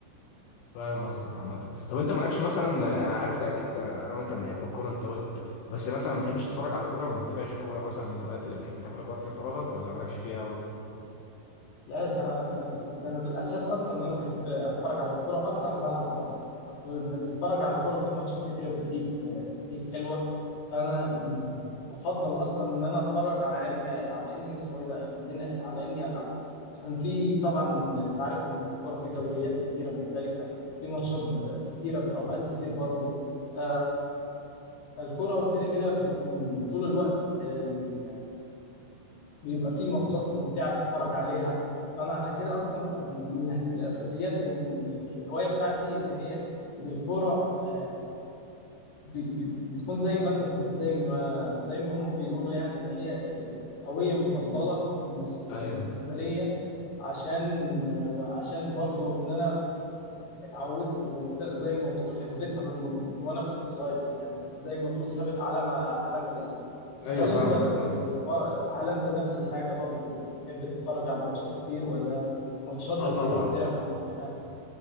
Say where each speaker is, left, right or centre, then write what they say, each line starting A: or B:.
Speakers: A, on the left; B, on the left.
A: فاهم قصدك عامة طب انت مالكش مثلا انا عارف ده اكيد انا وانت بنحب الكورة انت قلت بس مثلا ما بتحبش تتفرج على كورة ما بتتابعش كورة مثلا من الهوايات اللي بتحب تعملها في وقت فراغك ولا مالكش فيها قوي
B: لا ده ده انا بال- ده انا بالاساس اصلا ان انا بحب اتفرج على الكوره اكتر ما العب برضه اصل انك تتفرج على الكوره في ماتشات كتيره بتليك بتليك حلوه فانا بفضل اصلا ان انا اتفرج على اني على اني اسمه ايه ده ان انا على اني العب كان في طبعا انت عارف ان في الكوره في دوريات كتيره مختلفه في ماتشات ب- كتيره في اوقات كتير برضو ف... فالكوره كده كده بيكون طول الوقت ال... بيبقى في ماتشات ممتعه تتفرج عليها فانا عشان كده اصلا من من الاساسيات ان الهوايه بتاعتي ان هي ان الكوره آه، بي- بت- بتكون زي ما انت بت... زي ما زي ما هم بيقولوا يعني ان هي الهوية مفضلة بالنسبة
A: ايوه
B: بالنسبة ليا عشان عشان برضو ان انا اتعودت وزي ما تقول حبيتها من... من وانا كنت صغير يعني زي ما تقول سابت علامة علامة ليا بس
A: ايوه
B: هل
A: فاهمك
B: انت ب...
A: عامة
B: ب- هل انت نفس الحاجة برضو بتحب تتفرج على الماتشات كتير ولا ماتشات
A: اه
B: لفرق
A: طبعا
B: معينة